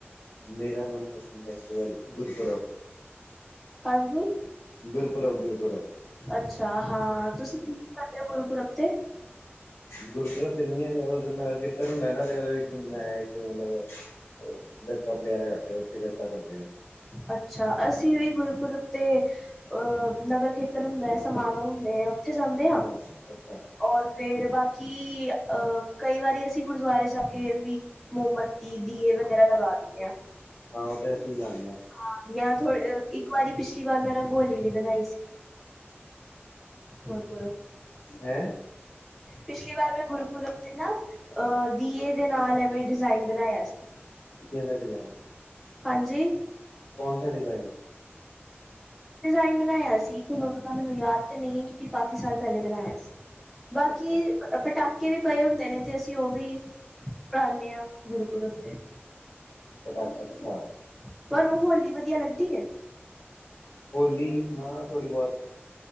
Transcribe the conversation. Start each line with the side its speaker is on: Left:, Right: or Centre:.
Left: ਮੇਰਾ ਮਨਪਸੰਦ ਫੈਸਟੀਵਲ ਗੁਰਪੁਰਬ
Centre: ਹਾਂਜੀ
Left: ਗੁਰਪੁਰਬ ਗੁਰਪੁਰਬ
Centre: ਅੱਛਾ ਹਾਂ, ਤੁਸੀਂ ਕੀ-ਕੀ ਕਰਦੇ ਹੋ ਗੁਰੂਪੁਰਬ 'ਤੇ
Left: ਗੁਰਪੂਰਬ ਨਹੀਂ ਉਹ ਨ ਕਿਰਤਰ ਹੁੰਦਾ ਨਾ ਤੇ ਉਹਦੇ ਵਿੱਚ ਮੈਂ ਇੱਕ ਮਤਲਬ ਉਹ <unintelligible> ਪਲੇਅਰ ਹੈਗਾ ਤੇ ਉੱਥੇ <unintelligible> ਕਰਦੇ ਆ ਅਸੀਂ
Centre: ਅੱਛਾ, ਅਸੀਂ ਵੀ ਗੁਰਪੁਰਬ 'ਤੇ ਅ ਨਗਰ ਕੀਰਤਨ ਹੁੰਦਾ ਐ, ਸਮਾਗਮ ਹੁੰਦੇ ਐ। ਇੱਥੇ ਜਾਂਦੇ ਆ
Left: ਹਾਂ ਅੱਛਾ
Centre: ਔਰ ਫੇਰ ਬਾਕੀ ਅਹ ਕਈ ਵਾਰੀ ਅਸੀਂ ਗੁਰਦੁਆਰੇ ਜਾ ਕੇ ਵੀ ਮੋਮਬੱਤੀ, ਦੀਏ ਵਗੈਰਾ ਲਗਾ ਦਿਣੇ ਆ
Left: ਹਾਂ, ਉਹ ਤੇ ਅਸੀਂ ਲਾਣੇ ਆ
Centre: ਹਾਂ ਜਾਂ ਥੋੜੇ ਇੱਕ ਵਾਰੀ ਪਿਛਲੀ ਵਾਰ ਮੈਂ ਰੰਗੋਲੀ ਵੀ ਬਣਾਈ ਸੀ। ਗੁਰਪੂਰਬ
Left: ਹੈਅ
Centre: ਪਿਛਲੀ ਵਾਰ ਮੈਂ ਗੁਰੂਪੁਰਬ ਤੇ ਨਾ ਅਹ ਦੀਏ ਦੇ ਨਾਲ ਐਵੇਂ ਡਿਜ਼ਾਇਨ ਬਣਾਇਆ ਸੀ
Left: ਕਿਹੜਾ ਡਿਜ਼ਾਈਨ
Centre: ਹਾਂਜੀ।
Left: ਕੌਣ ਸਾ ਡਿਜ਼ਾਈਨ
Centre: ਡਿਜ਼ਾਇਨ ਬਣਾਇਆ ਸੀ, ਹੁਣ ਉਹ ਤਾਂ ਮੈਨੂੰ ਯਾਦ ਤੇ ਨਹੀਂ ਐ ਕਿ ਕੀ ਕਾਫ਼ੀ ਸਾਲ ਪਹਿਲੇ ਬਣਾਇਆ ਸੀ, ਬਾਕੀ
Left: ਅੱਛਾ ਅੱਛਾ
Centre: ਪਟਾਕੇ ਵੀ ਪਏ ਹੁੰਦੇ ਨੇ ਤੇ ਅਸੀਂ ਉਹ ਵੀ, ਪੜਾਉਂਦੇ ਆ ਗੁਰੂਪੁਰਬ ਤੇ
Left: ਪਤਾ, ਅੱਛਾ।
Centre: ਤੁਹਾਨੂੰ ਹੌਲੀ ਵਧੀਆ ਲੱਗਦੀ ਏ?
Left: ਹੋਲੀ, ਨਾ ਥੋੜੀ ਬਹੁਤ